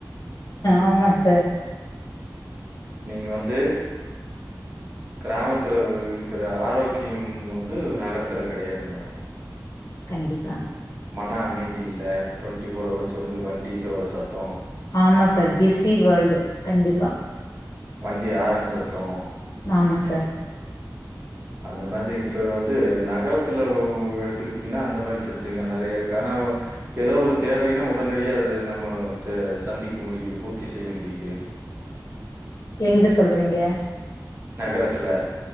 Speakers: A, on the left (about 45°); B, on the right (about 35°).
A: ஆமா சார்.
B: நீங்க வந்து கிராமத்துல இருக்கிற ஆரோக்யம் வந்து நகரத்துல கெடையாது மேடம்.
A: கண்டிப்
B: மன அமைதி இல்ல ட்வொன்ட்டி ஃபோர் ஹவர்ஸ் வந்து வண்டீஸ் ஓட சத்தம்
A: ஆமா சார் பிசி வோல்டு கண்டிப்பா
B: வண்டி ஆரன் சத்தோம்
A: ஆமா சார்.
B: அந்த மாத்ரி இப்ப வந்து நகரத்துல எடுத்துக்குட்டிங்கன்னா அந்த மாறி ப்ரச்சனைங்க நெறையருக்கு ஆனா எதோ ஒரு தேவைனா உடனடியே அத நம்ம ச சந்திக்க முடியுது பூர்த்தி செய்ய முடியுது.
A: எங்க சொல்றிங்க
B: நகரத்துல